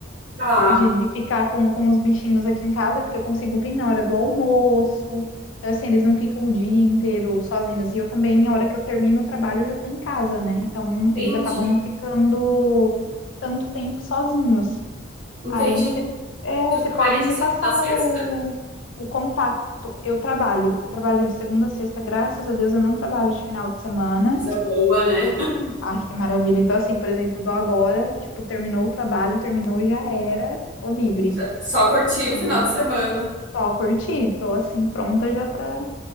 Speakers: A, on the right; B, on the left.
A: tá.
B: de, de ficar com, com os bichinhos aqui em casa, porque eu consigo vir na hora do almoço. Então, assim, eles não ficam o dia inteiro sozinhos. E eu também, na hora que eu termino o trabalho, eu já tô em casa, né? Então,
A: Entendi.
B: eles acabam não ficando tanto tempo sozinhos.
A: Entendi.
B: Aí você é,
A: Tu
B: você
A: trabalha
B: pode
A: de
B: me
A: segunda
B: passar
A: a sexta?
B: o, o contato. Eu trabalho, eu trabalho de segunda a sexta, graças a Deus eu não trabalho de final de semana.
A: Coisa boa, né?
B: Ai, que maravilha. Então, assim, por exemplo, igual agora, tipo, terminou o trabalho, terminou, já era, tô livre.
A: Já- Só curti
B: E
A: o final de semana.
B: só curti, tô assim, pronta já para